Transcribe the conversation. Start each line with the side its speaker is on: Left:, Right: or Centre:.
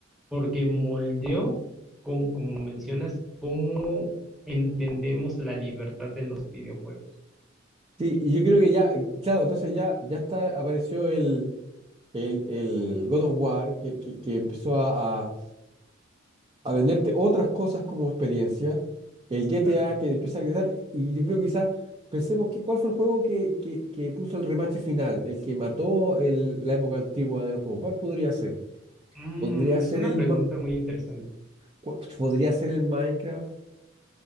Centre: porque moldeó, como, como mencionas, cómo entendemos la libertad en los videojuegos.
Right: Sí, y yo creo que ya, claro, entonces ya, ya está, apareció el, el, el God of War, que, que, que empezó a, a, a venderte otras cosas como experiencia, el GTA
Centre: Claro.
Right: que empieza a crecer, y yo creo que quizás pensemos que, cuál fue el juego que, que, que puso el remache final, el que mató el- la época antigua del juego, ¿cuál podría ser?
Centre: Mm,
Right: Podría
Centre: es
Right: ser
Centre: una
Right: el,
Centre: pregunta muy interesante.
Right: cu- ¿Podría ser el Minecraft?